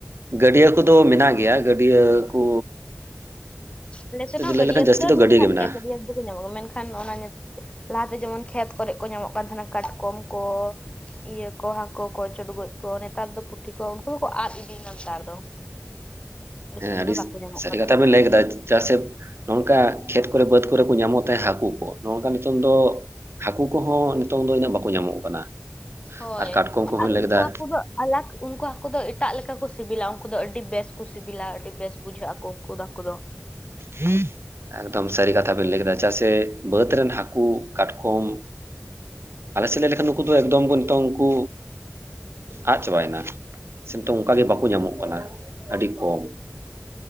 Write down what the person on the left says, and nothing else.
ᱟᱞᱮ ᱥᱮᱫ ᱦᱚᱸ
ᱜᱟᱹᱰᱤᱭᱟᱹ
ᱨᱮᱫᱚ
ᱢᱮᱱᱟᱜ
ᱜᱮᱭᱟ ᱜᱟᱹᱰᱤᱭᱟᱹ᱾ ᱠᱩᱠᱚ ᱧᱟᱢᱚᱜ-ᱟ᱾ ᱢᱮᱱᱠᱷᱟᱱ ᱚᱱᱟ ᱞᱟᱦᱟᱛᱮ ᱡᱮᱢᱚᱱ ᱠᱷᱮᱛ ᱠᱚᱨᱮᱜ ᱠᱚ ᱧᱟᱢᱚᱜ ᱠᱟᱱ ᱛᱟᱦᱮᱱᱟ ᱠᱟᱴᱠᱚᱢ ᱠᱚ᱾ ᱤᱭᱟᱹ ᱠᱚ ᱦᱟᱹᱠᱩ ᱠᱚ ᱪᱚᱰᱜᱚᱡ ᱠᱚ ᱱᱮᱛᱟᱨ ᱫᱚ ᱯᱩᱴᱷᱤ ᱠᱚ ᱩᱱᱠᱩ ᱦᱚᱸᱠᱚ ᱟᱫᱽ ᱤᱫᱤᱭᱱᱟ ᱱᱮᱛᱟᱨ ᱫᱚ᱾ ᱟᱞᱮ
ᱥᱮᱱ
ᱫᱚ ᱵᱟᱠᱚ ᱧᱟᱢᱚᱜ
ᱠᱟᱱᱟ
ᱦᱳᱭ
ᱟᱨ
ᱩᱱᱠᱩ
ᱦᱟᱹᱠᱩ ᱫᱚ ᱟᱞᱟᱠ ᱩᱱᱠᱩ ᱦᱟᱹᱠᱩ ᱫᱚ ᱮᱴᱟᱜ ᱞᱮᱠᱟ ᱠᱚ ᱥᱤᱵᱤᱞᱟ᱾ ᱩᱱᱠᱩ ᱫᱚ ᱟᱹᱰᱤ ᱵᱮᱥ ᱠᱚ ᱥᱤᱵᱤᱞᱟ ᱟᱹᱰᱤ ᱵᱮᱥ ᱵᱩᱡᱷᱟᱹᱜ ᱟᱠᱚ᱾ ᱠᱩ ᱫᱚ ᱦᱟᱹᱠᱩ ᱫᱚ᱾